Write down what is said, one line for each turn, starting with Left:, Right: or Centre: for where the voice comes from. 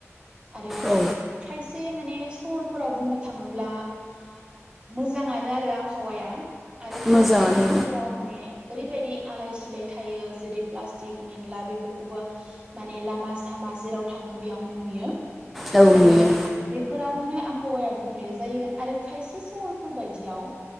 Right: आरो
Centre: औ
Right: खायसे माने सहरफोराव बुंनो थाङोब्ला मोजांआनो आ ओ आबहावाया आरो खायसे
Centre: मोजाङानो
Right: बायदि सहराव माने ओरैबायदि आलाय सिलाय थायो जेरै प्लास्टिक मेनला बेफोरखौबो माने लामा सामा जेराव थाङो बेयावनो नुयो
Centre: औ औ
Right: आरो
Centre: नुयो
Right: बेफोरावनो आ हावाया गुबुंले जायो आरो खायसे सहरफोर बायदियाव